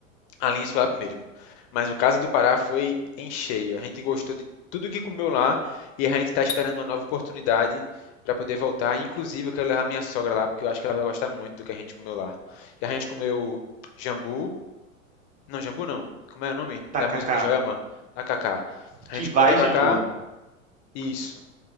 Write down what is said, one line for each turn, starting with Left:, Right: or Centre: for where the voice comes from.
Left: A linha Swap mesmo. Mas o caso do Pará foi em cheio. A gente gostou de tudo que comeu lá e a gente está esperando uma nova oportunidade para poder voltar. Inclusive, eu quero levar minha sogra lá, porque eu acho que ela vai gostar muito do que a gente comeu lá. E a gente comeu jambu. Não, jambu não. Como é o nome
Right: Tacacá,
Left: da música de Joelma? Tacacá. A
Right: que
Left: gente
Right: vai,
Left: comeu tacacá,
Right: Jambu.
Left: isso.